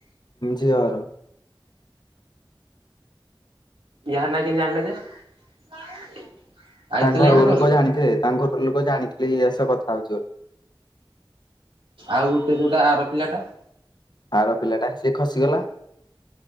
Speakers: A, on the left; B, on the right.
A: ଝିଅର।
B: ଇହା ନା କେମତି ଜାଣିଲେ ଯେ? ଆଇଥିଲା
A: ତାଙ୍କ ଘର
B: ୟା
A: ଲୋକ
B: କି
A: ଜାଣିଥେ ତାଙ୍କ ଘର ଲୋକ ଜାଣିଥିଲେ ଇଆ ସ କଥା ହଉଛୁ ବୋ
B: ଆଉ ଗୋଟେ ଯୋଉଟା ଆର ପିଲାଟା?
A: ଆର ପିଲା ଟା ସେ ଖସିଗଲା।